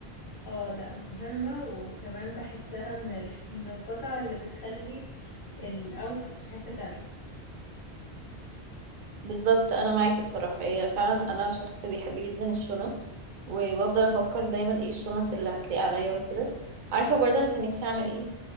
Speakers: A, on the left; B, on the right.
A: اه لا مهمة وكمان بحسها من الح... من القطع اللي بتخلي الاوتفيت في حتة تانية
B: بالظبط انا معاكي بصراحه هي فعلا انا شخص بيحب جدا الشنط وبفضل افكر دايما ايه الشنط اللي هتليق عليا وكده عارفه برضه انا كان نفسي اعمل ايه